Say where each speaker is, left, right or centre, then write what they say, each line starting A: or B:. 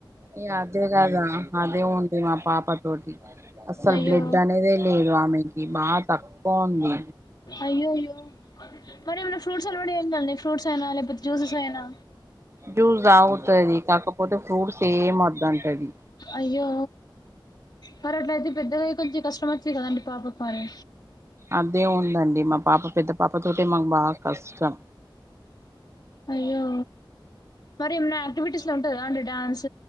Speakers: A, on the right; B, on the left.
A: ఈ అదే కదా అదే ఉంది మా పాప రోటి అసలు
B: అయ్యో
A: బ్లడ్ అనేదే లేదు ఆమెకి బాగా తక్కువ ఉంది
B: అయ్యయ్యో మరి ఏమైనా ఫ్రూట్స్ అలవాడ్ చేయండండి ఫ్రూట్స్ అయినా లేకపోతే జ్యూసెస్ అయినా
A: జ్యూస్ తాగుతది కాకపోతే ఫ్రూట్స్ ఏం వద్దంటది
B: అయ్యో మరి అట్లా అయితే పెద్దగా కొంచెం కష్టం వచ్చిది కదండి పాప మరి
A: అదే ఉందండి మా పాప పెద్ద పాప తోటె మాకు బాగా కష్టం
B: అయ్యో మరి ఏమన్న యాక్టివిటీస్ లో ఉంటదా అండి డ్యాన్స్